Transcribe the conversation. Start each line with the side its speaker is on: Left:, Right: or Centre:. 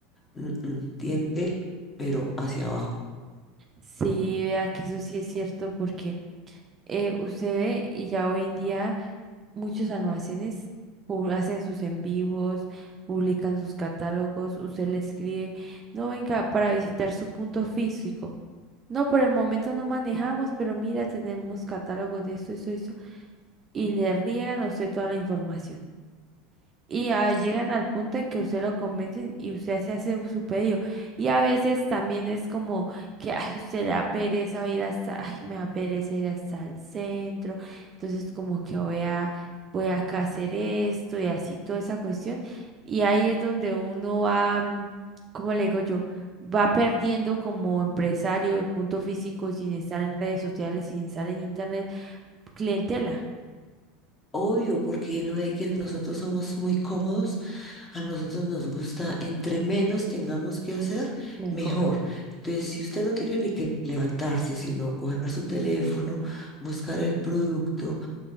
Left: mm, mm, tiende, pero hacia abajo.
Right: Sí, vea que eso sí es cierto porque eh, usted ve y ya hoy en día... Muchos almacenes pu- hacen sus en vivos, publican sus catálogos, usted le escribe, no venga para visitar su punto físico. No, por el momento no manejamos, pero mira, tenemos catálogos de esto, eso, eso, y le riegan a usted toda la información. Y ah,
Left: Sí,
Right: llegan al punto en que usted lo convencen y usted se hace su pedido. Y a veces también es como que ay, usted le da pereza ir hasta, ay, me da pereza ir hasta el centro. Entonces como que voy a, voy acá a hacer esto y así toda esa cuestión. Y ahí es donde uno va, mm, ¿cómo le digo yo? Va perdiendo como empresario de punto físico sin estar en redes sociales, sin estar en internet, clientela.
Left: Obvio, porque no es que nosotros somos muy cómodos, a nosotros nos gusta, entre menos tengamos que hacer,
Right: Mejor.
Left: mejor. Entonces, si usted no tiene ni que levantarse, sino coger su teléfono, buscar el producto,